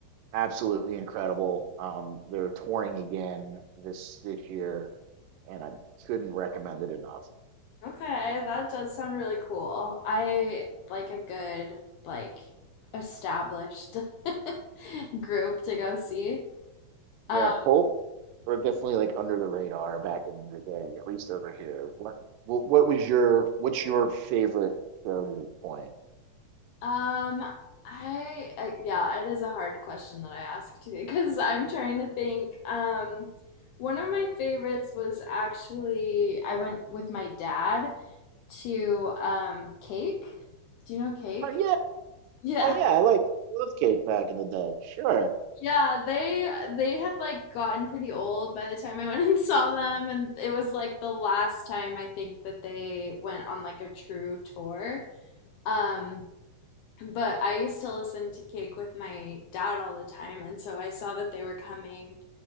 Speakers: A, on the right; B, on the left.
A: absolutely incredible. Um, they're touring again this this year, and I couldn't recommend it enough.
B: Okay, that does sound really cool. I like a good, like, established <laughs> group to go see. Um,
A: Yeah, Pulp were definitely like under the radar back in the day, at least over here. What what, what was your what's your favorite show to this point?
B: um, I, I yeah, it is a hard question that I asked because I'm trying to think. Um, one of my favorites was actually I went with my dad to um Cake. Do you know Cake?
A: Oh yeah,
B: Yeah.
A: oh yeah, I like I love Cake back in the day. Sure,
B: Yeah, they they had like gotten pretty old by the time I went <laughs> and saw them and it was like the last time I think that they went on like a true tour. Um but I used to listen to Cake with my dad all the time and so I saw that they were coming